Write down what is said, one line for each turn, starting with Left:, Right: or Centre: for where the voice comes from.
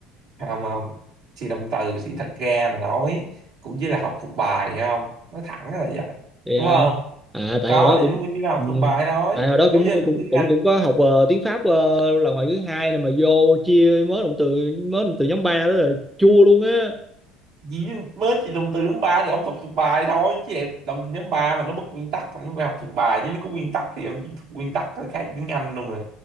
Right: không không thì động từ thì thật ra mà nói cũng chỉ là học thuộc bài hay không nói thẳng là vậy
Centre: Thì,
Right: đúng
Centre: à,
Right: không
Centre: à tại
Right: có
Centre: hồi đó cũng
Right: thì nó cũng chỉ là học
Centre: ừ,
Right: thuộc bài thôi
Centre: tại hồi đó cũng
Right: giống như
Centre: cũng
Right: mình tiếng
Centre: cũng
Right: Anh
Centre: cũng có học ờ, tiếng Pháp ờ, là ngoại ngữ hai này mà vô chia mới động từ mới động từ nhóm ba đó là chua luôn á
Right: gì mới chỉ dùng từ nhóm ba thì ông học thuộc bài thôi chứ đồng từ nhóm ba mà nó bất nguyên tắc ông phải học thuộc bài chứ nó có nguyên tắc thì ông chỉ thuộc nguyên tắc thôi khác tiếng Anh đâu mà